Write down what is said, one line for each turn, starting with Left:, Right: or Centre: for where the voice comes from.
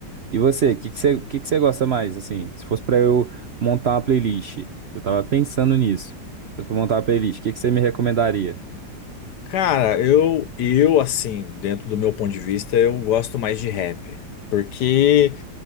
Right: e você? O que que você, o que que você gosta mais, assim? Se fosse pra eu montar uma playlist, eu tava pensando nisso. Se fosse pra montar uma playlist, o que que você me recomendaria?
Left: Cara, eu, eu, assim, dentro do meu ponto de vista, eu gosto mais de rap. Porque.